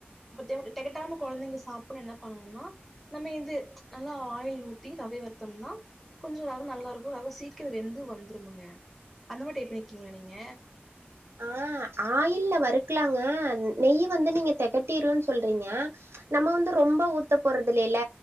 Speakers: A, in the centre; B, on the right.
A: அப்ப தெவ் தெகட்டாம கொழந்தைங்க சாப்படனுனா என்ன பண்ணணுனா நம்ம இது ப்ச் நல்லா ஆயில் ஊத்தி ரவய வருத்தம்னா கொஞ்ச ரவ நல்லா இருக்கு ரவ சீக்கிரோ வெந்து வந்துரும்ங்க அந்த மாரி டிரை பண்ணிற்குங்களா நீங்க
B: ஆ ஆயில்ல வறுக்கலாங்க நெய் வந்து நீங்க தெகட்டிருன்னு சொல்றீங்க நம்ம வந்து ரொம்ப ஊத்த போறது இல்லல்ல